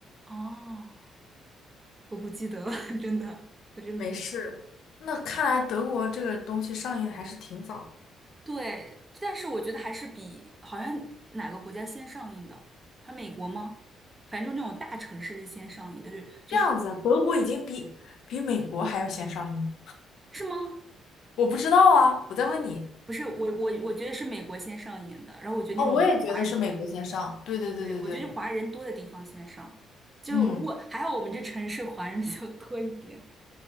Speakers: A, on the right; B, on the left.
A: 哦，我不记得了，<laughs> 真的，我真的不记得
B: 没事，那看来德国这个东西上映的还是挺早的
A: 对，但是我觉得还是比好像哪个国家先上映的，还美国吗？反正就那种大城市是先上映的，对，就是
B: 这样子，德国已经比比美国还要先上映。
A: 是吗？
B: 我不知道啊，我在问你。
A: 不是，我我我觉得是美国先上映的，然后我觉得那种华人。
B: 哦，我也觉得是美国先上。对对对对对，
A: 对，我觉得华人多的地方先上，就如果还好我们这城市华人比较多一点，
B: 嗯，